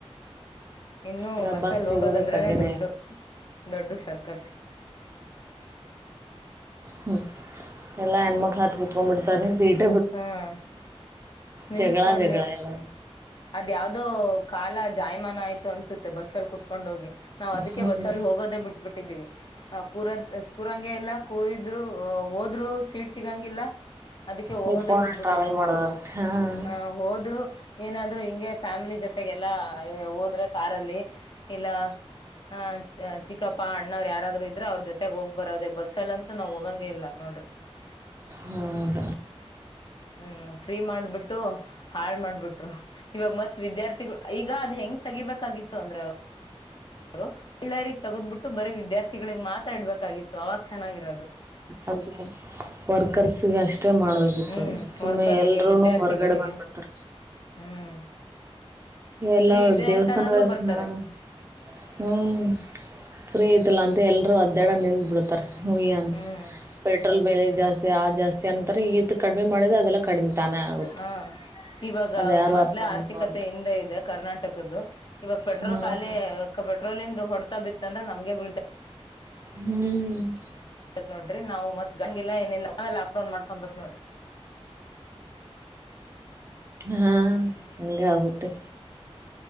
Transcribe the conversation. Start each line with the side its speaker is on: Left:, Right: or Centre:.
Left: ಇನ್ನು
Right: ಈಗ
Left: ಬಸ್ಸಲ್ಲಿ
Right: ಬಸ್ ಸಿಗೋದು
Left: ಹೋಗೋದಂದ್ರೆನೆ
Right: ಕಠಿಣ
Left: ದೊಡ್ಡ ದೊಡ್ಡ ಸರ್ಕಸ್
Right: ಹ್ಮ್ ಎಲ್ಲಾ ಹೆಣ್ಮಕ್ಳ ಹತ್ ಕುಪ ಮುತಾರಾರೆ ಸೀಟ್
Left: ಹ್ಮ ನಿಂತ್ಕೊಂಡೆ
Right: ಜಗಳ ಜಗಳ ಎಲ್ಲ
Left: ಅದ ಯಾವ್ದೋ ಕಾಲ ಜಾಯಮಾನ ಆಯ್ತು ಅನ್ಸ ಸುತ್ತ ಬಸ್ ಅ ಕೂತ್ಕೊಂಡು ಹೋಗಿ ನಾವ್ ಅದಕ್ಕೆ
Right: ಹ್ಞೂ,
Left: ಬಸ್ಸಲ್ಲಿ ಹೋಗೋದೇ ಬಿಟ್ಬಿಟ್ಟಿದ್ದೀವಿ ಕೂರದ ಕೂರಂಗೆ ಎಲ್ಲಾ ಕೂರಿದ್ರು ಹ ಹೋದ್ರು ಸೀಡ್ ಸಿಗಂಗಿಲ್ಲ ಅದಕ್ಕೆ ಹೋಗೋದ
Right: ನಿಂತ್ಕೊಂಡು
Left: ಬಿಟ್ಬಿಟ್ಟಿದೆ
Right: ಟ್ರಾವೆಲ್ ಮಾಡೋದು ಹಾಂ
Left: ಹ ಹೋದ್ರು ಏನಾದ್ರು ಹ ಫ್ಯಾಮಿಲಿ ಜೊತೆಗೆಲ್ಲಾ ಹೋದ್ರೆ ಕಾರಲ್ಲಿ ಇಲ್ಲ ಹ ಚ ಪ್ಪ ಅ್ಣ್ ಯಾರಾದ್ರರು ಇದ್ರರು ಅವ್ರ ಜೊತೆಗ್ ಹೋಗ್ ಬರೋದ ಬಸ್ ಸಲ ಅಂತ ನಾವ್ ಹೋಗಂಗಗೆ ಇಲ್ಲ ನೋಡ್ರಿ
Right: ಹ್ಮ್
Left: ಹ್ಮ ಫ್ರೀ ಮಾಡ್ಬಿಟ್ಟು ಹಾಳ್ ಮಾಡ್ಬಿಟ್ರು ಇವಾಗ ಮತ್ ವಿದ್ಯಾರ್ಥಿಗಳು ಈಗ ಅದ್ ಹೆಂಗ್ ತೆಗಿಬೇಕಾಗಿತ್ತು ಅಂದ್ರೆ ಳ್ಳ ತಗದ್ಬಿಟ್ಟು ಬರೀ ವಿದ್ಯಾರ್ಥಿಗಳಿಗೆ ಮಾತಾಡ್ಬೇಕಾಗಿತ್ತು ಅವಾಗ ಚೆನ್ನಾಗಿರೋದು
Right: ಅದ ವರ್ಕರ್ಸ್ಗೆ ಅಷ್ಟೇ ಅಷ್ಟೆ ಮಾಡ್ಬೇಕಾಗಿತ್ತು
Left: ಹ್ಮ್
Right: ಸುಮ್ಮನೆ
Left: ವರ್ಕರ್ಸ್ಗೆ
Right: ಎಲ್ರುೂನು
Left: ವಿದ್ಯಾರ್ಥಿಗಳಿಗೆ
Right: ಹೊರ್ಗಡೆ ಬಂದ್ಬಿಡ್ತಾರ
Left: ಹ್ಮ್
Right: ಎಲ್ಲಾ
Left: ಫ್ರೀ ಇದೆ
Right: ಉದ್ಯೇವಸ್ಥಾನದ
Left: ಅಂತನಾದ್ರೂ ಬರ್ತಾರೆ
Right: ನಾನು ಹ್ಮ್ ುರಿ ಐತಲ್ಲ ಅಂತ ಎಲ್ಲರು ಅದ್ಡ ನಿಂದ್ ಬಿಡತಾರೆ ಹಯಂತ
Left: ಹ್ಮ್
Right: ಪೆಟ್ರೋಲ್ ಬೆಲೆ ಜಾಸ್ತಿ ಆ ಜಾಸ್ತಿ ಅಂತಾರೆ ಈಗ ಕಡಿಮೆ ಮಾಡಿದೆ ಅದೆಲ್ಲ ಕಡಿಮೆ ತಾನೇ ಆಗುತ್ತೆ
Left: ಹಾ ಇವಾಗ
Right: ಅದು ಯಾರು
Left: ಮೊದ್ಲ
Right: ಅರ್ಥ ಮಾಡ್ಕೋವಲ್ಲ
Left: ಆರ್ಥಿಕತೆ ಇದೆ ಕರ್ನಾಟಕದ್ದ ಇವಾಗ ಪೆಟ್ರೋಲ್
Right: ಹ್ಞೂ
Left: ಖಾಲಿ ಪೆಟ್ರೋಲ್ ಹೊಡ್ತಾ ಬಿತ್ತಂದ್ರೆ ನಮ್ಗೆ ಬಲ್
Right: ಹ್ಮ್
Left: ಆತ್ ನೋಡ್ರ ನಾವ್ತ್ ಗಂಗಗೆಿಲ್ಲಾ ಏನಿಲ್ಲ ಆಮೇ ಲಾಕ್ ಡೌನ್ ಮಾಡ್ಕೊಂಬತ್ ಹೇಳ್ರಿ
Right: ಹಾ ಎಗೆ ಅಗುತ್ತೆ